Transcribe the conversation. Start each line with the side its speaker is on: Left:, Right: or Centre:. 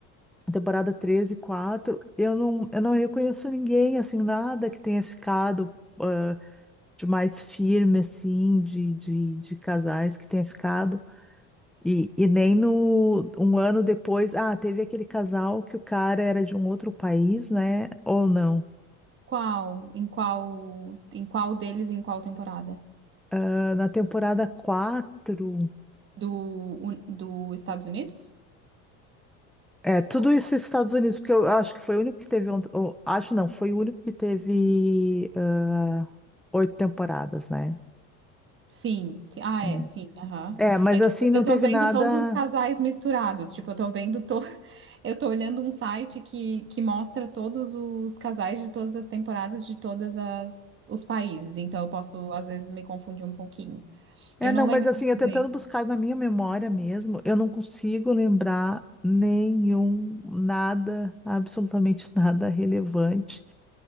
Centre: temporada 13 e 4 Eu não, eu não reconheço ninguém, assim, nada que tenha ficado ah, de mais firme, assim, de, de, de casais que tenha ficado. E, e nem no um ano depois, ah, teve aquele casal que o cara era de um outro país, né? Ou não?
Right: Qual? Em qual? Em qual deles? Em qual temporada?
Centre: Ah, Na temporada 4
Right: Do, un- do Estados Unidos?
Centre: É, tudo
Right: Ou-
Centre: isso nos Estados Unidos, porque eu acho que foi o único que teve. ont- ou, acho não, foi o único que teve ah, oito temporadas, né?
Right: Sim, sim. Ah,
Centre: É,
Right: é,
Centre: né?
Right: sim. Aham.
Centre: É, mas
Right: É que
Centre: assim, não
Right: eu tô
Centre: teve
Right: vendo
Centre: nada.
Right: todos os casais misturados. Tipo, eu tô vendo. To... <laughs> Eu tô olhando um site que, que mostra todos os casais de todas as temporadas de todas as os países. Então eu posso, às vezes, me confundir um pouquinho.
Centre: É,
Right: Eu
Centre: não,
Right: não lembro
Centre: mas assim,
Right: muito
Centre: eu tentando
Right: bem.
Centre: buscar na minha memória mesmo, eu não consigo lembrar nenhum, nada, absolutamente nada relevante